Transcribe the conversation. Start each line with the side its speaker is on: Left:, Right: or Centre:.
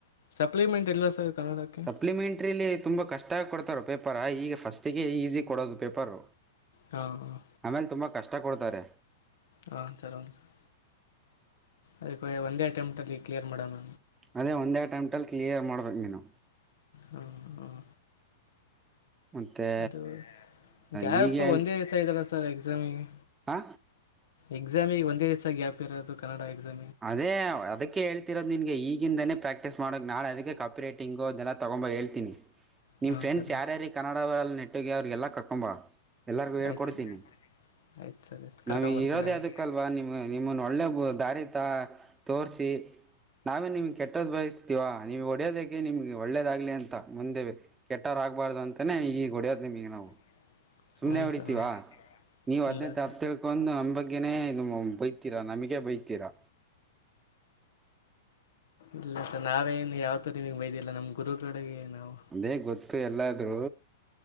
Left: ಸಪ್ಲಿಮೆಂಟ್ ಇಲ್ವಾ ಸರ್ ಕನ್ನಡಕ್ಕೆ
Right: ಸಪ್ಲಿಮೆಂಟ್ರಿಲಿ ತುಂಬಾ ಕಷ್ಟ ಆ ಕೊಡ್ತಾರ ಪೇಪರ್ ಈಗ ಫಸ್ಟ್ಿಗೆ ಈಸಿ ಕೊಡೋದು ಪೇಪರ್
Left: ಹಾಂ ಹಾಂ
Right: ಆಮೇಲೆ ತುಂಬಾ ಕಷ್ಟ ಕೊಡ್ತಾರೆ
Left: ಹನ್ ಸರ್ ಹನ್ ಸರ್ ಅದಕ್ಕೆ ಒಂದೇ ಅಟೆಂಪ್ಟ ಅಲ್ಲಿ ಕ್ಲಿಯರ್ ಮಾಡೋಣ
Right: ಅದೇ ಒಂದೇ ಅಟೆಂಪ್ಟಲ್ಲಿ ಕ್ಲಿಯರ್ ಮಾಡ್ಬೇಕು ನೀನು
Left: ಹಾಂ ಹಾಂ
Right: ಮತ್ತು
Left: ಅದು ಗ್ಯಾಪ್
Right: ಹೀಗೆ
Left: ಒಂದೇ ದಸ ಇದಲ್ಲ ಸರ್ ಎಕ್ಸಾಮಿಗೆ
Right: ಹ
Left: ಎಕ್ಸಾಮಗ ಒಂದೇ ದಿವಸ ಗ್ಯಾಪ್ ಇರೋದು ಕನ್ನಡ ಎಕ್ಸಾಮ್
Right: ಅದೇ ಅದಕ್ಕೆ ಹೇಳ್ತಿರೋದು ನಿನ್ಗೆ ಈಗಿಂದಾನೇ ಪ್ರಾಕ್ಟೀಸ್ ಮಾಡೋಕ್ ನಾಳೆ ಅದಕ್ಕೆ ಕಪ್ ರೇಟಿಂಗು ಅದೆಲ್ಲ ತಗೊಂಡ ಕಂಬ ಹೇಳ್ತೀನಿ ನಿಮ
Left: ಹಾಂ
Right: ಫ್ರೆಂಡ್ಸ್
Left: ಸರ್
Right: ಯಾರ್ಯಾರ ಕನ್ನಡ ನೆಟ್ಟಗೆಿ ಅವ್ರಿಗೆಲ್ಲ ಕಕೊಂಬ ಎಲ್ಲರಿಗು ಹೇಳ್ಕೊಡ್ತೀನಿ
Left: ಆಯ್ತು ಸರ್ ಆಯ್ತು ಸರ್ ಆಯ್ತು ಕರ್ಕೊಂಬರ್ತೀನಿ
Right: ನಾವೀಗ ಇರೋದೇ
Left: ನಾಳೆ
Right: ಅದಕ್ಕಲ್ವಾ ನಿಮ್ಮ ನಿಮ್ಮನ್ನು ಒಳ್ಳೆ ದಾರಿ ತ ತೋರಿಸಿ ನಾವೇ ನಿಮ್ಗೆ ಕೆಟ್ಟೋದ್ ಬಯಸ್ತೀವಾ ನೀವ್ ಹೊಡೆಯೋದಕ್ಕೆ ನಿಮ್ಗೆ ಒಳ್ಳೇದಾಗ್ಲಿ ಅಂತ ಮುಂದೆ ಕೆಟ್ಟರ ಆಗ್ಬಾರು ಅಂತಾನೇ ಈಗ ಹೊಡೋದ್ ನಿಮ ಈಗ ನಾವು
Left: <inaudible>
Right: ಸುಮ್ನೆ ಹೊಡಿತೀವಾ
Left: ಸರ್ ಹ್ಞೂ
Right: ನೀವು ಹದ್ನೈದು
Left: ಇಲ್ಲ ಸರ್
Right: ಹತಕೊಂದು ನಮ್ಮ ಬಗ್ಗೆನನೆ ಇದು ಬೈತೀರಾ ನಮಗ್ ಗೆ ಬೈತೀರಾ
Left: ಇಲ್ಲ ಸ ನಾವೇನು ಯಾವತ್ತೂ ನಿಮಗ್ ವೈದಿಲ್ಲ ನಮ್ ಗುರುಗಳಿಗೆ ನಾವು
Right: ಅದೇ ಗೊತ್ತು ಎಲ್ಲಾದ್ೂ